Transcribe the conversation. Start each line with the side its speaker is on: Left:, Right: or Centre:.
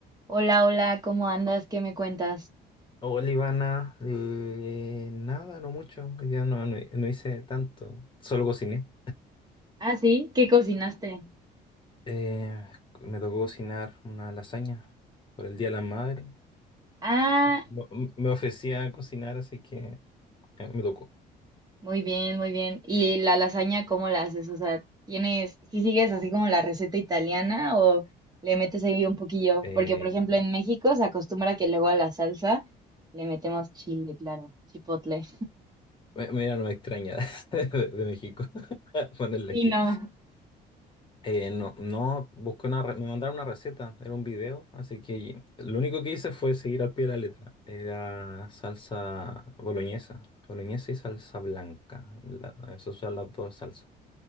Right: Hola, hola, ¿cómo andas? ¿Qué me cuentas?
Left: Hola Ivana, eh, nada, no mucho, hoy día no, no, no hice tanto, solo cociné.
Right: Ah, sí, ¿qué cocinaste?
Left: Eh, me tocó cocinar una lasaña por el Día de la Madre.
Right: Ah,
Left: Mo- m- Me ofrecía cocinar, así que eh, me tocó.
Right: muy bien, muy bien. ¿Y la lasaña cómo la haces? O sea, ¿tienes, si sigues así como la receta italiana o le metes ahí un poquillo?
Left: Eh,
Right: Porque, por ejemplo, en México se acostumbra que luego a la salsa le metemos chile, claro, chipotle.
Left: me- mira, no me extraña <laughs> de, de México <laughs> ponerle
Right: Sí,
Left: ají.
Right: no.
Left: Eh, no, no, busqué una, re- me mandaron una receta, era un video, así que lo único que hice fue seguir al pie de la letra. Era salsa boloñesa, boloñesa y salsa blanca, la- esas son las dos salsas.